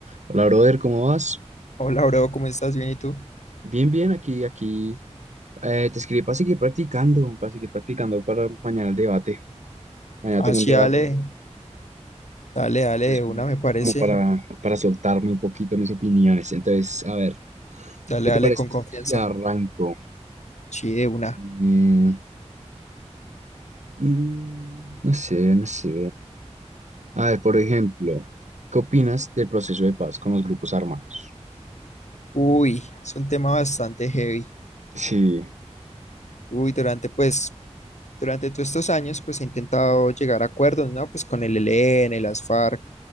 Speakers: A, on the right (about 80°); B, on the left (about 75°).
A: Hola, brother, ¿cómo vas?
B: Hola, bro, ¿cómo estás? Bien, ¿y tú?
A: Bien, bien, aquí, aquí. Eh, te escribí para seguir practicando, para seguir practicando para mañana el debate. Mañana
B: Ah,
A: tengo
B: sí,
A: un debate,
B: dale, dale, dale,
A: es
B: de
A: como,
B: una me parece.
A: como para, para soltarme un poquito mis opiniones. Entonces, a ver,
B: Dale,
A: ¿qué te
B: dale
A: parece
B: con confianza.
A: si arranco?
B: Sí, de una.
A: Mm, mm, no sé, no sé. A ver, por ejemplo, ¿qué opinas del proceso de paz con los grupos armados?
B: Uy, es un tema bastante heavy.
A: Sí,
B: Uy, durante, pues, durante todos estos años, pues he intentado llegar a acuerdos, ¿no? Pues con el ELN, las FARC,